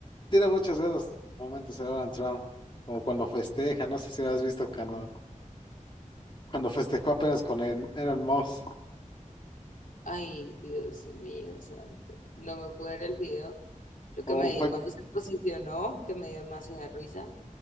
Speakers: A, on the left; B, on the left.
A: tiene muchos buenos momentos el Donald Trump, o cuando festeja, no sé si lo has visto cuando, cuando festejó apenas con el Elon Musk,
B: Ay, Dios mío, santo. No me pude ver el video. Lo
A: o
B: que me dio
A: fue-
B: cuando se posicionó, que me dio demasiada risa,